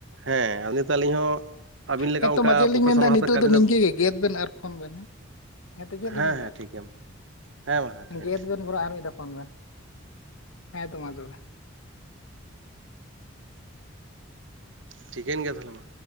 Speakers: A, on the right; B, on the left.
A: ᱦᱮᱸ ᱱᱤᱛ ᱟᱹᱞᱤᱧ ᱦᱚᱸ ᱟᱹᱵᱤᱱ ᱞᱮᱠᱟ
B: ᱦᱮᱸᱛᱚ
A: ᱚᱝᱠᱟ
B: ᱢᱟᱪᱮᱫ ᱞᱤᱧ
A: ᱯᱨᱚᱯᱷᱮᱥᱚᱱᱟᱞ
B: ᱢᱮᱱᱫᱟ ᱱᱤᱛᱚᱜ
A: ᱦᱟᱛᱮ ᱠᱟᱹᱢᱤ
B: ᱱᱤᱝᱠᱟᱹ
A: ᱫᱚ
B: ᱜᱮ ᱜᱮᱫ ᱵᱮᱱ ᱟᱨ ᱯᱷᱳᱱ ᱵᱮᱱ ᱦᱮᱸ ᱦᱮᱸᱛᱚ ᱪᱮᱫ
A: ᱦᱮᱸ
B: ᱞᱤᱧ ᱢᱮᱱᱫᱟ
A: ᱦᱮᱸ ᱴᱷᱤᱠ ᱜᱮᱭᱟ ᱢᱟ ᱦᱮᱸ ᱴᱷᱤᱠ ᱜᱮᱭᱟ
B: ᱜᱮᱫ ᱵᱮᱱ ᱜᱷᱩᱨᱮ ᱟᱨ ᱢᱤᱫ ᱫᱷᱟᱣ ᱯᱷᱳᱱ ᱵᱮᱱ ᱦᱮᱸᱛᱚ ᱢᱟ ᱛᱚᱵᱮ
A: ᱴᱷᱤᱠᱟᱹᱱ ᱜᱮᱭᱟ ᱛᱟᱦᱞᱮ ᱢᱟ